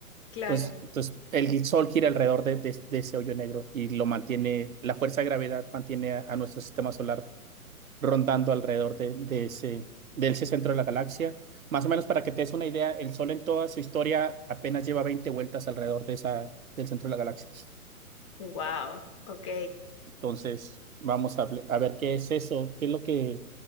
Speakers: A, on the left; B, on the right.
A: Claro.
B: Entonces, entonces el Sol gira alrededor de, de- de ese hoyo negro y lo mantiene, la fuerza de gravedad mantiene a, a nuestro sistema solar rondando alrededor de, de ese, de ese centro de la galaxia. Más o menos para que te des una idea, el Sol en toda su historia apenas lleva 20 vueltas alrededor de esa, del centro de la galaxia.
A: Wow, ok.
B: Entonces, vamos a, hable- a ver qué es eso, qué es lo que,